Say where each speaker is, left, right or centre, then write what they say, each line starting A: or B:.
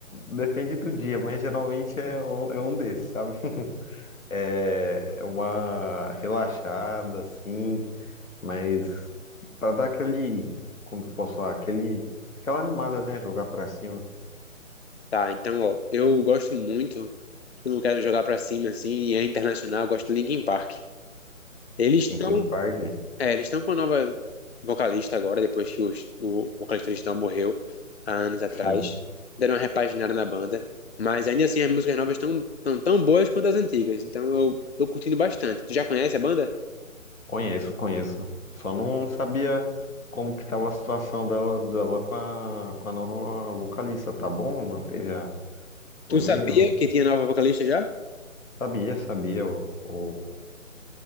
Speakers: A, on the left (about 75°); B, on the left (about 50°).
A: depende do dia, mas geralmente é um, é um desses, sabe? <laughs> É é uma relaxada, assim, mas pra dar aquele, como que eu posso falar, aquele, aquela animada, né? Jogar pra cima
B: Tá, então, ó, eu gosto muito Eu não quero jogar pra cima, assim, e é internacional, eu gosto do Linkin Park. Eles
A: em
B: estão,
A: Kim Park,
B: é, eles estão com uma nova vocalista agora, depois que os- o vocalista original morreu há anos atrás.
A: sim.
B: Deram uma repaginada na banda. Mas ainda assim, as músicas novas estão tão, tão boas quanto as antigas. Então eu tô curtindo bastante. Tu já conhece a banda?
A: Conheço, conheço. Só não sabia como que tava a situação dela, dela com a, com a nova vocalista, tá bom? Manteve a, o
B: Tu
A: nível?
B: sabia que tinha nova vocalista já?
A: Sabia, sabia. O,